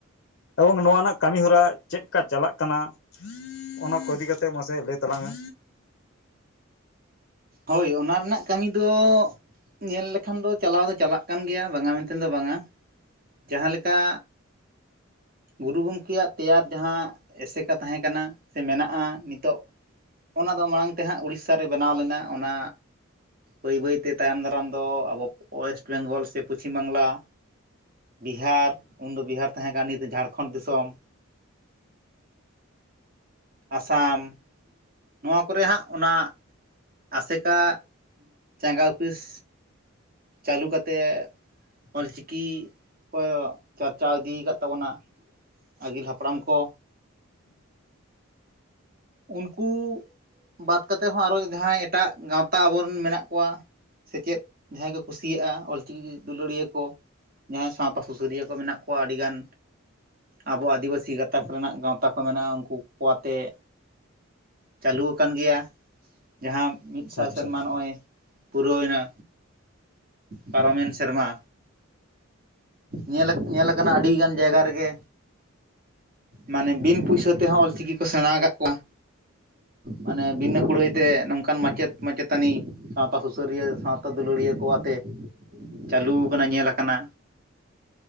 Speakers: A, on the left; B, on the right.
A: ᱮᱵᱚᱝ ᱱᱚᱣᱟ ᱨᱮᱱᱟᱜ ᱠᱟᱹᱢᱤ ᱦᱚᱨᱟ ᱪᱮᱜ ᱠᱟ ᱪᱟᱞᱟᱜ ᱠᱟᱱᱟ᱾ ᱚᱱᱟ ᱠᱚ ᱤᱫᱤ ᱠᱟᱛᱮᱜ ᱢᱟᱥᱮ ᱞᱟᱹᱭ ᱛᱟᱞᱟᱝ ᱢᱮ᱾
B: ᱦᱳᱭ ᱚᱱᱟ ᱨᱮᱱᱟᱜ ᱠᱟᱹᱢᱤ ᱫᱚ ᱧᱮᱞ ᱞᱮᱠᱷᱟᱱ ᱫᱚ ᱪᱟᱞᱟᱣ ᱫᱚ ᱪᱟᱞᱟᱜ ᱠᱟᱱ ᱜᱮᱭᱟ ᱵᱟᱝᱟ ᱢᱮᱱᱛᱮᱱ ᱫᱚ ᱵᱟᱝᱟ᱾ ᱡᱟᱦᱟᱸ ᱞᱮᱠᱟ ᱜᱩᱨᱩ ᱜᱚᱝᱠᱮᱭᱟᱜ ᱛᱮᱭᱟᱨ ᱡᱟᱦᱟᱸ ᱮᱥᱮᱠᱟ ᱛᱟᱦᱮᱸ ᱠᱟᱱᱟ ᱥᱮ ᱢᱮᱱᱟᱜᱼᱟ ᱱᱤᱛᱚᱜ᱾ ᱚᱱᱟ ᱫᱚ ᱢᱟᱲᱟᱝᱛᱮ ᱦᱟᱸᱜ ᱩᱲᱤᱥᱥᱟᱨᱮ ᱵᱮᱱᱟᱣ ᱞᱮᱱᱟ, ᱚᱱᱟ ᱵᱟᱹᱭ ᱵᱟᱹᱭᱛᱮ ᱛᱟᱭᱚᱢ ᱫᱟᱨᱟᱢ ᱫᱚ ᱟᱵᱚ ᱚᱭᱮᱥᱴ ᱵᱮᱝᱜᱚᱞ ᱥᱮ ᱯᱚᱪᱷᱤᱢ ᱵᱟᱝᱞᱟ᱾ ᱵᱤᱦᱟᱨ ᱩᱱᱫᱚ ᱵᱤᱦᱟᱨ ᱛᱟᱦᱮᱸ ᱠᱟᱱ ᱱᱤᱛ ᱫᱚ ᱡᱷᱟᱲᱠᱷᱚᱸᱰ ᱫᱤᱥᱚᱢ᱾ ᱟᱥᱟᱢ᱾ ᱱᱚᱣᱟ ᱠᱚᱨᱮ ᱦᱟᱸᱜ ᱚᱱᱟ ᱟᱥᱮᱠᱟ ᱪᱟᱸᱜᱟ ᱳᱯᱷᱤᱥ᱾ ᱪᱟᱹᱞᱩ ᱠᱟᱛᱮᱜ ᱚᱞ ᱪᱤᱠᱤ ᱠᱚ ᱪᱟᱨᱪᱟᱣ ᱤᱫᱤᱭᱠᱟᱫ ᱛᱟᱵᱚᱱᱟ᱾ ᱟᱹᱜᱤᱞ ᱦᱟᱯᱲᱟᱢ ᱠᱚ ᱩᱱᱠᱩ ᱵᱟᱫ ᱠᱟᱛᱮᱜ ᱦᱚᱸ ᱟᱨᱚ ᱡᱟᱦᱟᱸᱭ ᱮᱴᱟᱜ ᱜᱟᱶᱛᱟ ᱟᱵᱚᱨᱮᱱ ᱢᱮᱱᱟᱜ ᱠᱚᱣᱟ ᱥᱮᱪᱮᱫ ᱡᱟᱦᱟᱸᱭ ᱠᱚ ᱠᱩᱥᱤᱭᱟᱜᱼᱟ ᱚᱞ ᱪᱤᱠᱤᱠᱤ ᱫᱩᱞᱟᱹᱲᱤᱭᱟᱹ ᱠᱚ᱾ ᱡᱟᱦᱟᱸᱭ ᱥᱟᱶᱛᱟ ᱥᱩᱥᱟᱹᱨᱤᱭᱟᱹ ᱠᱚ ᱢᱮᱱᱟᱜ ᱠᱚᱣᱟ ᱟᱹᱰᱤᱜᱟᱱ᱾ ᱟᱵᱚ ᱟᱹᱫᱤᱵᱟᱹᱥᱤ ᱜᱟᱛᱟᱠ ᱨᱮᱱᱟᱜ ᱜᱟᱶᱛᱟ ᱠᱚ ᱢᱮᱱᱟᱜᱼᱟ ᱩᱱᱠᱩᱠᱚ ᱣᱟᱛᱮᱜ ᱪᱟᱹᱞᱩ ᱣᱟᱠᱟᱱ ᱜᱮᱭᱟ ᱡᱟᱦᱟᱸ ᱢᱤᱫ ᱥᱟᱭ
A: ᱟᱪᱪᱷᱟ
B: ᱥᱮᱨᱢᱟ ᱱᱚᱜ-ᱚᱭ ᱯᱩᱨᱟᱹᱣᱭᱮᱱᱟ ᱯᱟᱨᱚᱢᱮᱱ ᱥᱮᱨᱢᱟ᱾ ᱧᱮᱞ ᱧᱮᱞᱟᱠᱟᱱᱟ ᱟᱹᱰᱤᱜᱟᱱ ᱡᱟᱭᱜᱟ ᱨᱮᱜᱮ ᱢᱟᱱᱮ ᱵᱤᱱ ᱯᱩᱭᱥᱟᱹ ᱛᱮᱦᱚᱸ ᱚᱞ ᱪᱤᱠᱤ ᱠᱚ ᱥᱮᱬᱟᱸ ᱟᱠᱟᱜ ᱠᱚᱣᱟ᱾ ᱢᱟᱱᱮ ᱵᱤᱱᱟᱹ ᱠᱩᱲᱟᱹᱭᱛᱮ ᱱᱚᱝᱠᱟᱱ ᱢᱟᱪᱮᱫ ᱢᱟᱪᱮᱛᱟᱹᱱᱤ ᱥᱟᱶᱛᱟ ᱥᱩᱥᱟᱹᱨᱤᱭᱟᱹ ᱥᱟᱸᱶᱛᱮ ᱛᱟ ᱫᱩᱞᱟᱹᱲᱤᱭᱟᱹ ᱠᱚᱣᱟᱛᱮ ᱪᱟᱹᱞᱩ ᱟᱠᱟᱱᱟ ᱧᱮᱞ ᱟᱠᱟᱱᱟ᱾